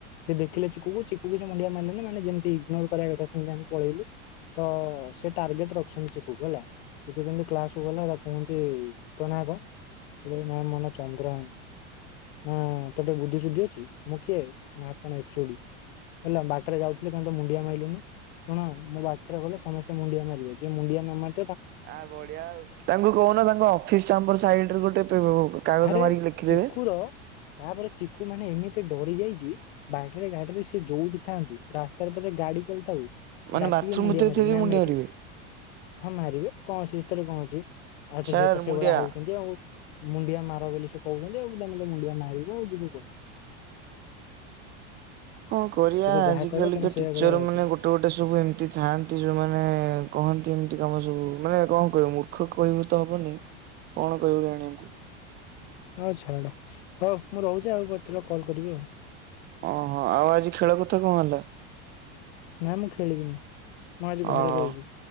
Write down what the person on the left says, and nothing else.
ସେ ଦେଖିଲେ ଚିକୁ କୁ, ଚିକୁ କୁ ସେ ମୁଣ୍ଡିଆ ମାରିଲେଣି ମାନେ ଯେମିତି ଇଗନୋର କରିବା କଥା ସେମିତି ଆମେ ପଳେଇଲୁ। ତ-ଅ-ଅ-ଅ ସେ ଟାର୍ଗେଟ ରଖିଛନ୍ତି ଚିକୁ କୁ ହେଲା। ଚିକୁ ଯେମିତି କ୍ଲାସ କୁ ଗଲା, ତାକୁ କୁହନ୍ତି ତୋ ନା କଣ? ସେ କହିଲା ନାଇ ମୋ ନା ଚନ୍ଦ୍ରଭାନୁ। ନା-ଆ-ଆ-ଆ ତୋର ବୁଦ୍ଧି ସୁୁଦ୍ଧି ଅଛି ମୁଁ କିଏ, ନା ଆପଣ ଏ ଚୋ ଡି। ହେଲା ବାଟରେ ଯାଉଥିଲି କାଇଁ ତୁ ମୁଣ୍ଡିଆ ମାଇଲୁନୁ, ଶୁଣ ମୁଁ ବାଟରେ ଗଲେ ସମସ୍ତେ ମୁଣ୍ଡିଆ ମାରିବ ଯିଏ ମୁଣ୍ଡିଆ ନ ମାରି
ଆରେ
ଚିକୁର ତାପରେ ଚି ତାକୁ ମାନେ ଏମିତି ଡରି ଯାଇଛି ବାଟରେ ଘାଟରେ ସେ ଯୋଉଠି ଥାଆନ୍ତୁ, ରାସ୍ତାରେ ପଛେ ଗାଡି ଚାଲିଥାଉ
ଡାକିକି
ମୁଣ୍ଡିଆ
ମାରିବ
ମ୍ୟାମ୍
ଏଇଠି।
ହଁ ମାରିବେ କଣ ସେଥିରେ କଣ ଅଛି। ଅଛି
ସେତ ସେଇଭଳିଆ
ହଉଛନ୍ତି ଆଉ। ମୁଣ୍ଡିଆ ମାର ବୋଲି ସେ କହୁଛନ୍ତି ଆଉ ତମେ ତ ମୁଣ୍ଡିଆ ମାରିବ ଆଉ ଯିବ କୁଆଡେ।
ସେ ତ
ଯାହା କହିବେ
ତମେ ସେଇଆ
କରିବା ବାଧ୍ୟ।
ଆଉ ଛାଡ ହଉ ମୁଁ ରହୁଛି। ଆଉ କେତେବେଳେ କଲ୍ କରିବି ଆଉ।
ନାଁ ମୁଁ ଖେଳିବିନି। ମୁଁ ଆଜି
ଘରେ
ରହିବି।